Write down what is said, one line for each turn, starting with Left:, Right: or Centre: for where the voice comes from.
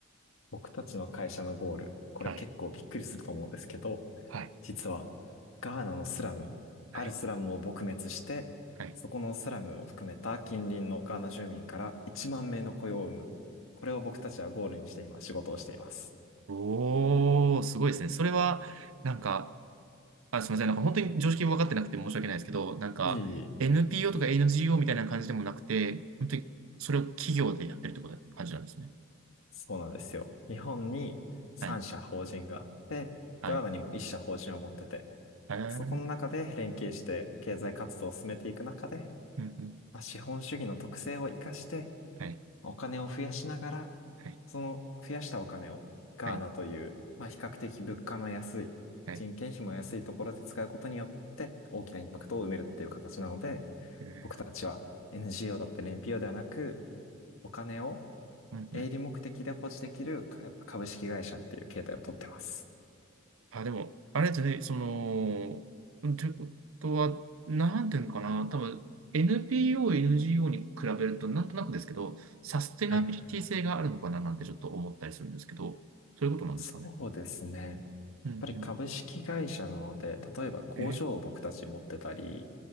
Left: 僕たちの会社のゴール、これ結構びっくりすると思うんですけど、
Right: はい。はい。
Left: 実はガーナのスラム、
Right: はい。
Left: あるスラムを撲滅して、
Right: はい。
Left: そこのスラムを含めた近隣のガーナ住民から1万名の雇用を生む。これを僕たちはゴールにして今仕事をしています。
Right: おー、すごいですね。それは、なんか、あ、すみません。なんか本当に常識分かってなくて申し訳ないですけど、なんか
Left: いい、いい
Right: NPO とか NGO みたいな感じでもなくて、本当にそれを企業でやってるってことな感じなんですね。
Left: そうなんですよ。日本に3社法人があって、
Right: はい。はい。
Left: ガーナにも1社法人を持ってて、
Right: えー、
Left: そこの中で連携して経済活動を進めていく中で、
Right: うんうん。
Left: まあ資本主義の特性を生かして、
Right: はい。
Left: お金を増やしながら、
Right: はい。
Left: その増やしたお金をガーナという、
Right: はい。
Left: まあ、比較的物価の安い、
Right: はい。
Left: 人件費も安いところで使うことによって大きなインパクトを埋めるっていう形なので、
Right: えー
Left: 僕たちは NGO だったり NPO ではなく、お金を
Right: うんうん
Left: 営利目的で保持できるか株式会社っていう形態をとってます。
Right: あ、でも、あれですね、その、うんということは、なんていうのかな、多分 NPO、NGO に比べると、なんとなくですけど、サステナビリティ性があるのかななんてちょっと思ったりするんですけど、
Left: はい。
Right: そういうことなんですかね。
Left: そうですね。やっ
Right: うん
Left: ぱり株式会社なので、例えば工場を僕たち持ってたり、
Right: うん。え、